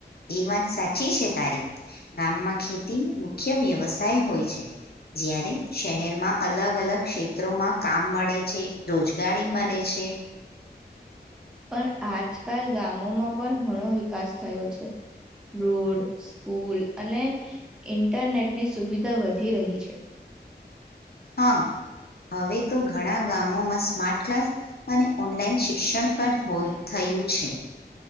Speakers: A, on the left; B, in the centre.
A: એ વાત સાચી છે તારી ગામમાં ખેતી મુખ્ય વ્યવસાય હોય છે. જ્યારે શહેરમાં અલગ અલગ ક્ષેત્રોમાં કામ મળે છે, રોજગારી મળે છે.
B: પણ આજકાલ ગામોમાં પણ ઘણો વિકાસ થયો છે રોડ સ્કૂલ અને ઇન્ટરનેટની સુવિધા વધી રહી છે.
A: હા, હવે તો ઘણા ગામોમાં સ્માર્ટ ક્લાસ અને ઓનલાઈન શિક્ષણ પણય થયું છે.